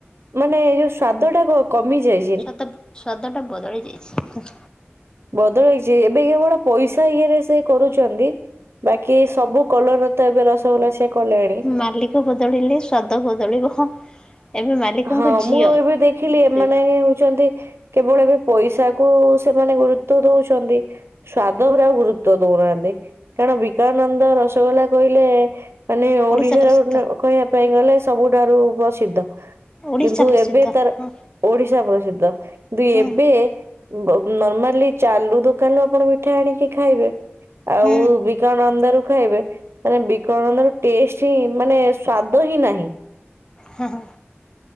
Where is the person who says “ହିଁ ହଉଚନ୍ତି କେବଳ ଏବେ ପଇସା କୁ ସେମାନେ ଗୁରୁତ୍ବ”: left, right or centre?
Right